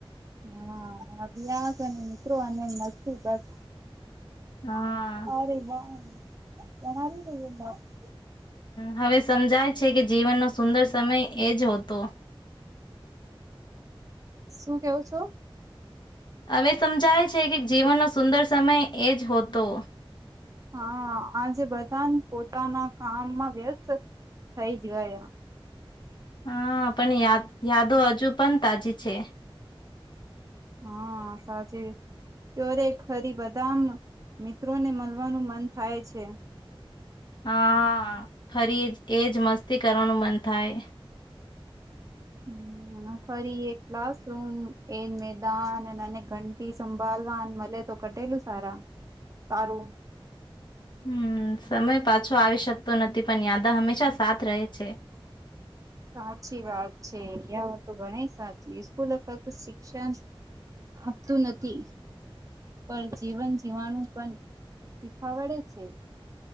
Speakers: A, on the right; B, on the left.
A: હા હભ્યાસ અને મિત્રો અને મસ્તી બસ
B: હા
A: સરે ના જણ આવી <unintelligible>
B: હ હવે સમજાય છે કે જીવનનો સુંદર સમય એજ હતો.
A: શું કેવો છો.
B: હવે સમજાય છે કે જીવનનો સુંદર સમય એ જ હોતો
A: હા આજે બધા પોતાના કામમાં વ્યસ્ત થઈ ગયા.
B: હા પણ યાદ યાદો હજુ પણ તાજી છે.
A: હા સાચી કરે ખરી બદામ મિત્રોને મલવાનું મન થાય છે.
B: હા ફરી એ એજ મસ્તી કરવાનું મન થાય.
A: હમ <unintelligible> એ ફરી એ ક્લાસરૂમ એ મેદાન અને ઘંટી સંભાળવા મલે તો કટેલું સારા સારું
B: હમ સમય પાછો આવી શકતો નથી પણ યાદા હંમેશા સાથ રહે છે.
A: <inaudible> સાચી વાત છે. યહું તો ઘણી સાચી. સ્કૂલો ફક્ત શિક્ષણ આપતું નથી. પર જીવન જીવવાનું પણ શીખાવડે છે.